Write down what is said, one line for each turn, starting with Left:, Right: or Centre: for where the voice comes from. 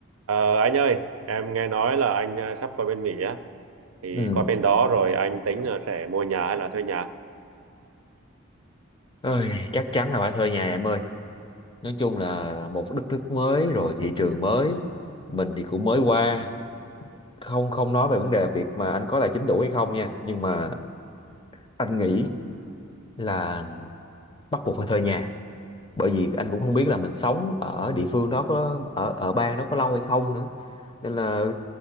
Right: Ờ, anh ơi, em nghe nói là anh ờ, sắp qua bên Mỹ á, thì
Left: Ừ.
Right: qua bên đó rồi anh tính là sẽ mua nhà hay là thuê nhà.
Left: Ôi, chắc chắn là phải thuê nhà em ơi. Nói chung là một đất nước mới rồi thị trường mới, mình thì cũng mới qua, không không nói về vấn đề việc mà anh có tài chính đủ hay không nha, nhưng mà anh nghĩ là bắt buộc phải thuê nhà. bởi vì anh cũng không biết là mình sống ở địa phương đó có ở ở bang đó có lâu hay không nữa nên là